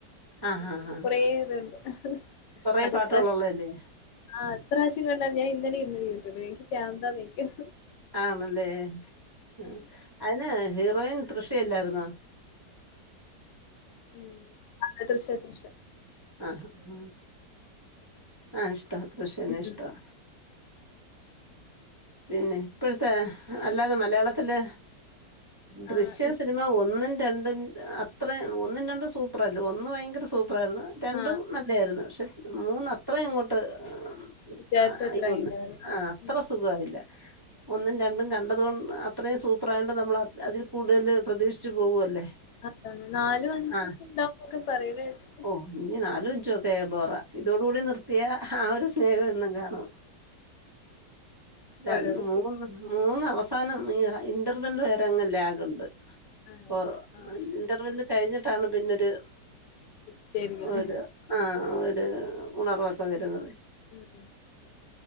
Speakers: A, on the right (about 25°); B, on the left (about 80°).
A: ആഹ്
B: അങ്ങനെ
A: ആഹ് ആഹ്
B: കൊറേ ഇതുണ്ട്.
A: കൊറേ
B: അതെത്രാശ്
A: പാട്ടുകളുള്ളതല്ലേ
B: ആ ത്രാവശ്യം <unintelligible> ഞാൻ ഇന്നലെര്ന്ന് യൂട്യൂബ് <unintelligible> പ്രാന്താന്നോയിക്കും.
A: ആണെല്ലേ മ് അയിന് ഹീറോയിൻ തൃഷെയല്ലാരുന്നോ?
B: മ് തൃഷ തൃഷ.
A: ആഹാ ആ ആഷ് ആ തൃഷനെനിഷ്ടമാ.
B: ഇഷ്ട
A: പിന്നെ ഇപ്പഴ്‌ത്തെ അല്ലാതെ മലയാളത്തില് ദൃശ്യം
B: ആഹ് ഇപ്
A: സിനിമ ഒന്നിൻ രണ്ടും അത്ര ഒന്നും രണ്ടും സൂപ്പർല്ലേ ഒന്ന് ഭയങ്കര സൂപ് പ്പറെയിരുന്നു രണ്ടും
B: ആഹ്
A: നല്ലെയ്രുന്നു പക്ഷേ മൂന്ന് അത്രേയങ്ങോട്ട് <unintelligible>
B: വിചാരിച്ച അത്രായി ഉണ്ടാവുല
A: ആ അത്ര
B: ഉം
A: സുഗായില്ല
B: ഉം
A: തെ ഒന്നും
B: ഉം.
A: രണ്ടും കണ്ടത് കൊൺ അത്രയും സൂപ്പറായൊണ്ട് നമ്മൾ അത് അതിൽ കൂടുതൽ പ്രതീക്ഷിച്ചു പോവുല്ലേ.
B: അതാണ് നാലും അഞ്ചൊക്കെ
A: ആ
B: ഉണ്ടാവുന്നൊക്കെ പറയണ കേട്ട്
A: ഓ ഇന്നി നാലുവഞ്ചുവൊക്കെ ആയ ബോറ, ഇതോടുകൂടി നിർത്തിയ ആ ഒരു സ്നേഹം എന്നും കാണും. രൺ
B: ഓരോന്ന്
A: മൂന്ന്
B: ശരി
A: <unintelligible> മൂന്ന് അവസാനം ഈ ഹ ഇന്റർവെൽ വരെ അങ്ങ് ലാഗൊണ്ട്. <unintelligible>
B: ആണോ ആഹ്
A: ഇന്റർവെല്ല് കഴിഞ്ഞിട്ടാണ് പിന്നൊരു
B: ടിസ്റ്റായിരിക്കുല്ലേ
A: ഒരു ആ ഒരു
B: ഉം
A: ഉണർവാ ഇപ്പം വരുന്നത്
B: ഉം